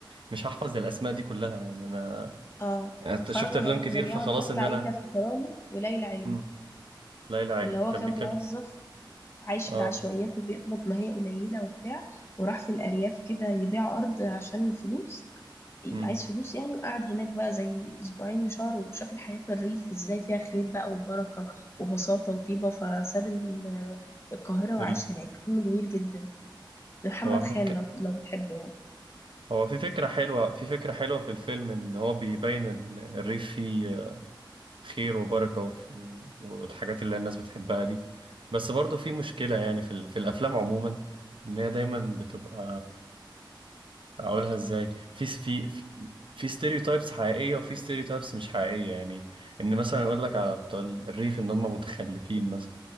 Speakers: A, on the right; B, on the left.
A: مش هحفظ الأسماء دي كلها يعني أنا
B: اه
A: يعني أنت
B: خرج
A: شفت
B: ولم
A: أفلام كتير
B: يعد
A: فخلاص
B: ده
A: إن
B: بتاع
A: أنا
B: يحيى الفخراني وليلى علوي
A: مم. ليلى علوي
B: اللي هو
A: كان
B: كان
A: بيتكلم
B: موظف عايش
A: آه
B: في العشوائيات وبيقبض ما هي قليلة وبتاع وراح في الأرياف كده يبيع أرض عشان الفلوس
A: مم.
B: عايز فلوس يعني وقعد هناك بقى زي اسبوعين لشهر وشاف الحياة في الريف ازاي فيها خير بقى وبركة وبساطة وطيبة فساب ال- القاهرة وعاش
A: ال...
B: هناك فيلم جميل جدا محمد
A: هو حك...
B: خان لو لو بتحبه يعني
A: هو في فكرة حلوة في فكرة حلوة في الفيلم إن هو بيبين ال- الريف فيه خير وبركة وف- و- والحاجات اللي الناس بتحبها دي بس برضو في مشكلة يعني في, ال- في الأفلام عموما إن هي دايما بتبقى أقولها إزاي في في في في ستيريوتايبس حقيقية وفي ستيريوتايبس مش حقيقية يعني إن مثلا يقول لك على بتوع الريف إن هم متخلفين مثلا